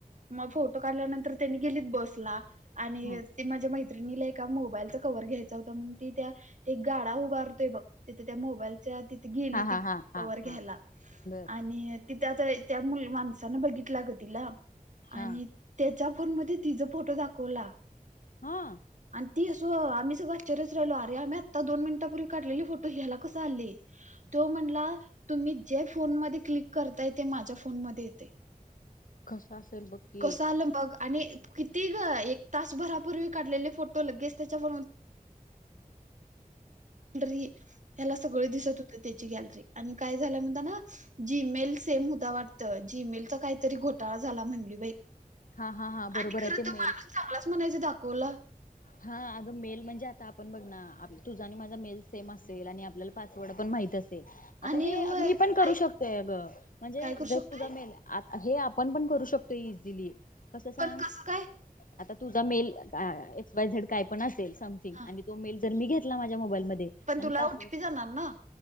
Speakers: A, on the right; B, on the left.
A: मग फोटो काढल्यानंतर त्यांनी गेलीत बसला आणि.
B: हम्म
A: ती माझ्या मैत्रिणीला एका मोबाईलचा कवर घ्यायचा होता म्हणून ती त्या. ते एक गाडा उभारतोय बघ तिथे त्या मोबाईलच्या. गेली
B: हा
A: ती
B: हा हा
A: कवर
B: हा
A: घ्यायला
B: हा बर
A: आणि. तिथ आता त्या मु माणसानं बघितलं ग तिला
B: हा
A: आणि. त्याच्या फोन मध्ये तिचा फोटो दाखवला.
B: हा.
A: आणि ती असं आम्ही सगळे आश्चर्य राहिलो आरे आम्ही आत्ता दोन मिनिटांपूर्वी काढलेली फोटो याला कसा आली तो म्हणला तुम्ही जे फोन म क्लिक करताय ते माझ्या फोनमध्ये येते
B: कसं असेल बघ. की
A: कसं आलं बघ आणि किती ग एक तासभरापूर्वी काढलेले फोटो लगेच त्याच्या फोन मध्ये. री त्याला सगळं दिसत होतं त्याची गॅलरी आणि काय झाल म्हणता ना जी-मेल सेम होता वाटत जीमेलचा कायतरी घोटाळा झाला म्हणली बाई
B: हा हा हा बरोबर
A: आणि खरं
B: आहे ते
A: तो
B: मेल
A: माणूस चांगलाच म्हणायच दाखवला.
B: हा अगं मेल म्हणजे आता आपण बघ ना तुझा आणि माझा मेल सेम असेल आणि आपल्याला पासवर्ड पण माहीत अस आता
A: आणि
B: हे
A: होय
B: मी पण करू
A: ऐक
B: शकतय अग म्हणजे
A: काय करू
B: जर
A: शकतोय
B: तुझा मेल आ हे आपण पण करू शकतो इझिली कसं सांग
A: पण काय
B: आता तुझा मेल एक्स वाय झेड काय पण असेल समथिंग
A: हा
B: आणि तो मेल जर मी घेतला माझ्या मोबाईल मध्ये
A: पण
B: आणि
A: तुला
B: पासवर्ड
A: ओटीपी जाणार ना